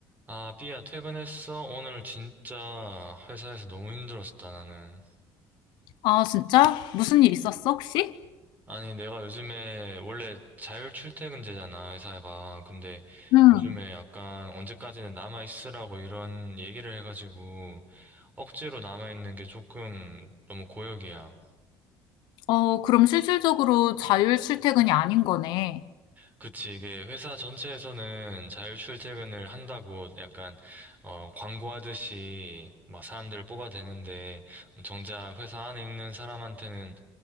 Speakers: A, on the right; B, on the left.
A: 아, 삐야, 퇴근했어? 오늘 진짜 회사에서 너무 힘들었다, 나는.
B: 아, 진짜? 무슨 일 있었어, 혹시?
A: 아니, 내가 요즘에 원래 자율 출퇴근제잖아, 회사가. 근데
B: 응,
A: 요즘에 약간 언제까지는 남아있으라고 이런 얘기를 해가지고 억지로 남아있는 게 조금 너무 고역이야.
B: 어, 그럼 실질적으로 자율 출퇴근이 아닌 거네.
A: 그치, 이게 회사 전체에서는 자율 출퇴근을 한다고 약간, 어, 광고하듯이 막 사람들을 뽑아대는데 정작 회사 안에 있는 사람한테는